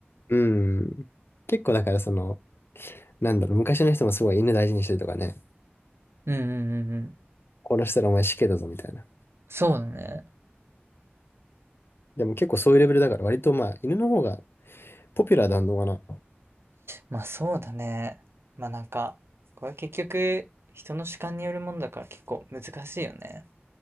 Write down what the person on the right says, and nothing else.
うんうんうんうん。
そうだね。
まあそうだね。まあなんか、これは結局、人の主観によるものだから結構難しいよね。